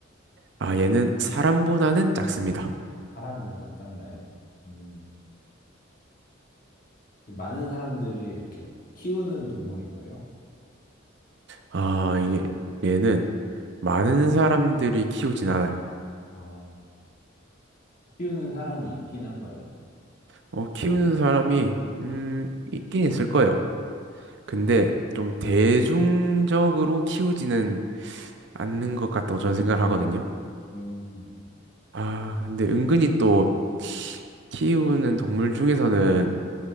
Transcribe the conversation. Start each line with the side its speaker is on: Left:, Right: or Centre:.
Right: 아, 얘는 사람보다는 작습니다.
Left: 사람보다는 작나요? 음, 많은 사람들이 이렇게 키우는 동물인가요?
Right: 아, 이게 얘는 많은 사람들이 키우진 않아요.
Left: 어, 키우는 사람이 있긴 한가요?
Right: 어, 키우는 사람이 음, 있긴 있을 거예요. 근데 좀 대중적으로 키우지는 않는 것 같다고 저는 생각을 하거든요.
Left: 음,
Right: 아, 근데 은근히 또 키우는 동물 중에서는